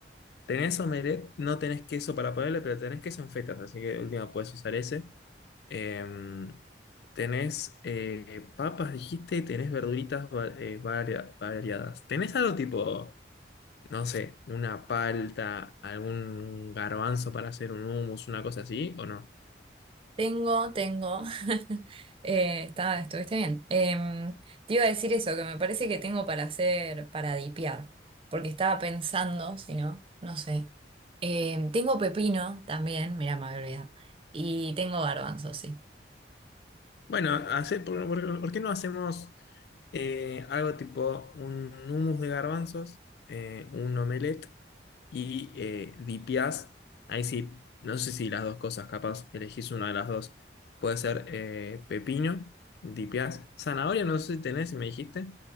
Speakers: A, on the left; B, on the right.
A: Tenés omelette, no tenés queso para ponerle, pero tenés queso en fetas, así que de última podés usar ese. Em, tenés eh, papas, dijiste, y tenés verduritas va- eh, varia- variadas. ¿Tenés algo tipo, no sé, una palta, algún garbanzo para hacer un hummus, una cosa así, o no?
B: Tengo, tengo. <laughs> Eh, está, estuviste bien. Em, te iba a decir eso, que me parece que tengo para hacer, para dipear, porque estaba pensando, si no, no sé. Em, tengo pepino también, mira, me había olvidado. Y tengo garbanzo, sí.
A: Bueno, hace- por, por- ¿por qué no hacemos eh, algo tipo un hummus de garbanzos, eh, un omelette? y eh, DPS. Ahí sí, no sé si las dos cosas, capaz elegís una de las dos. Puede ser eh, pepino, DPS. Zanahoria, no sé si tenés, si me dijiste.